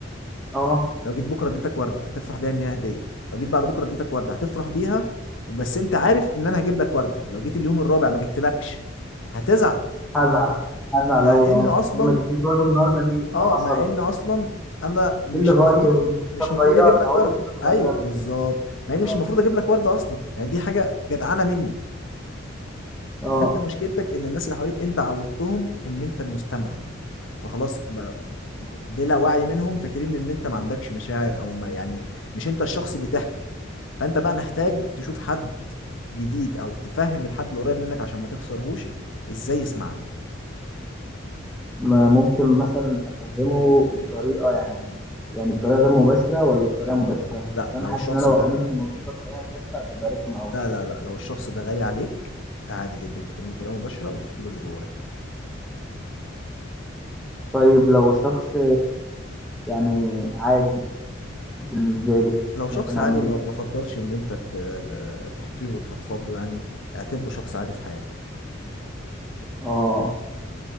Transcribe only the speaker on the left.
لو جيت بكره اديتك ورده هتفرح بيها ان هي هديه لو جيت بعد بكره اديتك ورده هتفرح بيها وبس انت عارف ان انا هجيب لك ورده لو جيت اليوم الرابع ما جبتلكش هتزعل
مع
ان
اصلا
اه
مع ان اصلا انا مش
مفروض
مش
مفروض اجيب لك
ورده
ايوه بالظبط مع ان مش
المفروض اجيب لك ورده اصلا يعني دي حاجه جدعانه مني
فانت مشكلتك ان الناس اللي حواليك انت عودتهم ان انت المستمع فخلاص ب... بلا وعي منهم فاكرين ان انت ما عندكش مشاعر او ما يعني مش انت الشخص اللي تحكي فانت بقى محتاج تشوف حد جديد او تفهم الحد اللي قريب منك عشان ما تخسرهوش ازاي يسمعك
لا
لو
الشخص
ده
لا لا لا لو الشخص ده غالي عليك عادي جدا تكلمه بطريقه مباشره وتحكي له اللي جواك
لو شخص
عادي
ما
ما فضلش ان انت ت- تحكي له وتفضفض له يعني اعتبره شخص عادي في حياتك